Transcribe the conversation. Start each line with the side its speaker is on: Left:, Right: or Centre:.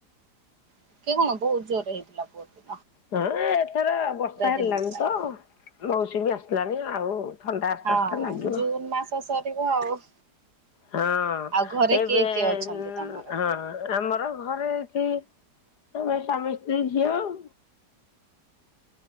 Right: ଟିକେ କଣ ବୋହୁତ ଜୋରରେ ହେଇଥିଲା ପୋଦେ।
Left: ହଁ ଏଥର ବର୍ଷା ହେଲାଣି
Right: ଦିନ ସାରା।
Left: ତ ମଉସୁମୀ ଆସିଲାଣି ଆଉ ଥଣ୍ଡା ଆସ୍ତେ
Right: ହଁ
Left: ଆସ୍ତେ ଲାଗିବ।
Right: ଜୁନ ମାସ ସରିବ ଆଉ।
Left: ହଁ
Right: ଆଉ ଘରେ
Left: ଏବେ
Right: କିଏ କିଏ ଅଛନ୍ତି
Left: ଉଁ
Right: ତମର?
Left: ହଁ ଆ ମର ଘରେ ଏଠି ଆମେ ସ୍ୱାମୀ ସ୍ତ୍ରୀ ଝିଅ ଉ।